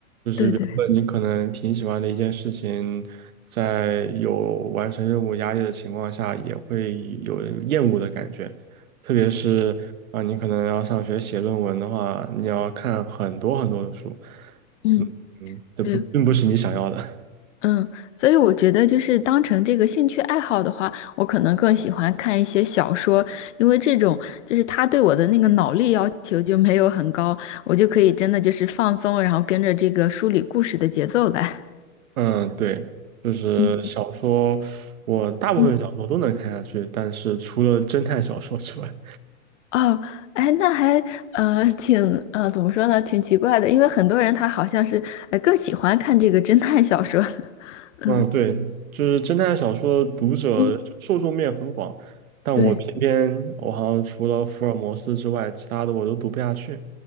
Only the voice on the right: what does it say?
原本你可能挺喜欢的一件事情，在有完成任务压力的情况下，也会有厌恶的感觉。特别是啊，你可能要上学写论文的话，你要看很多很多的书，
嗯嗯，这不并不是你想要的。
嗯，对，就是小说，
我大部分小说都能看下去，
但是除了侦探小说之外，
<laughs>
嗯，对，就是侦探小说的读者受众面很广，
但我偏偏我好像除了福尔摩斯之外，
其他的我都读不下去。